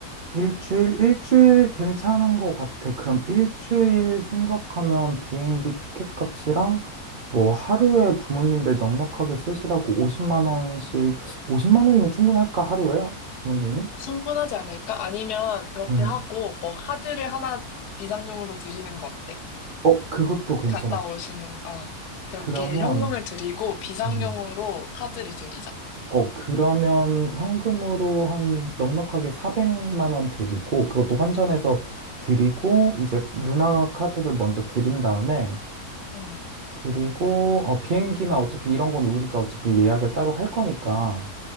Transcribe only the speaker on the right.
일주일, 일주일 괜찮은 것 같아. 그럼 일주일 생각하면 비행기 티켓 값이랑 뭐 하루에 부모님들 넉넉하게 쓰시라고 50만 원씩, 50만 원이면 충분할까, 하루에? 부모님이?
음.
어, 그것도 괜찮아.
그러면,
음.
어, 그러면 현금으로 한 넉넉하게 400만 원 드리고, 그것도 환전해서 드리고, 이제 누나 카드를 먼저 드린 다음에,
그리고 어, 비행기나 어차피 이런 건 우리가 어차피 예약을 따로 할 거니까.